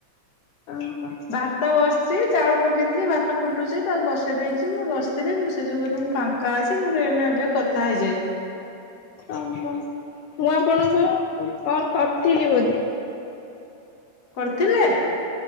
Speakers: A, on the left; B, on the left.
A: ହଁ ହଁ।
B: ଭାତ ବସିଛି ଚାଉଳ ପକେଇ ଦେଇଛି ଭାତ ଫୁଟୁଛି ତାକୁ ବସେଇ ଦେଇଛି ବସିଥିଲି ମୁଁ ସେ ଯୋଗୁଁ କହିଲି ଫାଙ୍କା ଅଛି ମୁଁ ଟିକେ ଏଇନେ ଏବେ କଥା ହେଇଯାଏ।
A: ଓହୋ, ମୁଁ ଆପଣଙ୍କୁ କଲ୍ କରିଥିଲି ବୋଧେ?
B: କରିଥିଲେ?